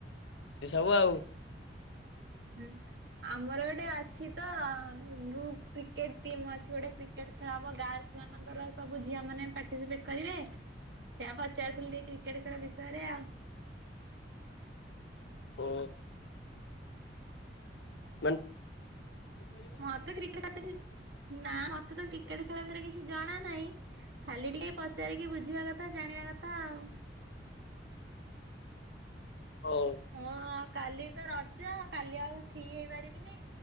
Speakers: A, on the left; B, on the right.
A: ଏ ସବୁ ଆଉ।
B: ଉଁ ଆମର ଗୋଟେ ଅଛି ତ ଗ୍ରୁପ କ୍ରିକେଟ ଟିମ୍ ଅଛି ଗୋଟେ କ୍ରିକେଟ ଖେଳ ହବ ଗାର୍ଲସ ମାନଙ୍କର ସବୁ ଝିଆ ମାନେ ପାର୍ଟିସିପେଟ କରିବେ। ସେଇଆ ପଚାରୁଥିଲି ଟିକେ କ୍ରିକେଟ ଖେଳ ବିଷୟରେ ଆଉ।
A: ଓ। ମାନ
B: ମତେ କ୍ରିକେଟ ଆସେ କି। ନା ମତେ ତ କ୍ରିକେଟ ଖେଳ ବିଷୟରେ କିଛି ଜଣା ନାହିଁ, ଖାଲି ଟିକେ ପଚାରିକି ବୁଝିବା କଥା। ଜାଣିଆ କଥା ଆଉ।
A: ହଉ।
B: ମୁଁ କାଲି ତ ରଜ କାଲି ଆଉ ଫ୍ରି ହେଇପାରିବିନି।